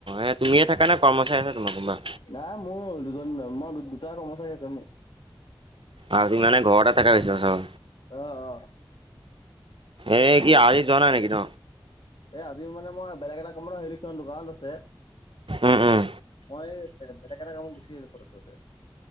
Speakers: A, on the right (about 85°); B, on the left (about 75°).
A: এ তুমিয়ে থাকা নে কৰ্মচাৰী আছে তোমাৰ কোনোবা
B: নাই মোৰ দুজন মই দুটা কৰ্মচাৰী আছে মোৰ
A: আৰু তুমিানে ঘৰ এটা থকা পৈছা চ
B: অ অ
A: এ কি আজি য নাই নেকি ত
B: এ আজি মানে মই বেলেগ এটা কাম হেইখনৰ দোকানত আছে
A: উম উম
B: মই বেলেগ এটা কামত গুচি আহিলো ঘৰ